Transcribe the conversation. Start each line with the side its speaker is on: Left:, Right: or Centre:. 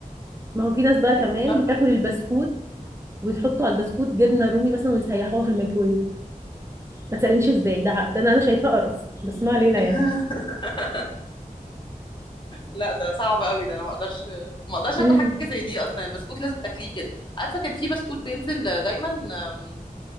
Right: ما هو في ناس بقى
Left: لكن
Right: كمان
Left: فشار
Right: بتاكل
Left: بال
Right: البسكوت ويحطوا على البسكوت جبنه رومي مثلا ويسيحوها في الميكرويف ما تسالنيش ازاي ده ع- ده انا أنا شايفاه قرف بس ما علينا
Left: <laughs>
Right: يعني
Left: لا ده صعب قوي ده انا ما اقدرش ما اقدرش اكل
Right: امم
Left: حاجه زي دي اصلا البسكوت لازم تاكليه كده عارفه كان في بسكوت بينزل دايما آم،